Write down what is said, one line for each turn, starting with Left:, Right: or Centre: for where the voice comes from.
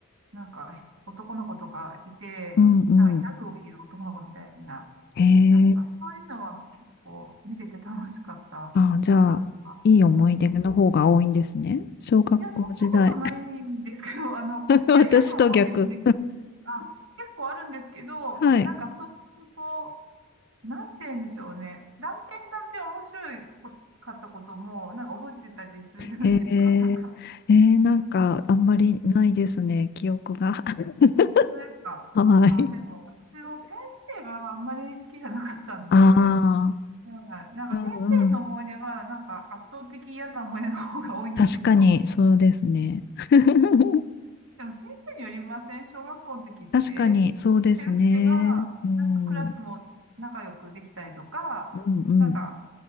Right: なんか男の子とかいて、
Left: うんうん。
Right: なんかギャグを言う男の子みたいな、
Left: へえ。
Right: なんかそういうのは結構見てて楽しかったな。
Left: あ、じゃあ、いい思い出の方が多いんですね。
Right: うん。
Left: 小学校時代。
Right: いや、そんなことないんですけど、<laughs> あの、
Left: <laughs> 私と逆。
Right: いや、嫌な方でもね、あ、結構あるんですけど、
Left: はい。
Right: なんかそういうこう、なんて言うんでしょうね。断片断片面白いこかったことも、なんか覚えてたりするじゃないですか。
Left: へえ。
Right: <laughs> なんか、
Left: えー、なんか、あんまりないですね、記憶が。<laughs>
Right: 本当ですか。
Left: はい。
Right: あ、でも私も先生があんまり好きじゃなかったんで、
Left: ああ、
Right: はいなんか先生の思い出は、
Left: うんうん。
Right: なんか圧倒的嫌な思い出の方が多いんですけど、
Left: 確かに、そうですね。<laughs>
Right: <laughs> でも先生によりません小学校の時って、
Left: 確かに、
Right: 先生が良ければ、
Left: そうですね。うん、
Right: なんかクラスも仲良くできたりとか、
Left: うんうん。
Right: なんか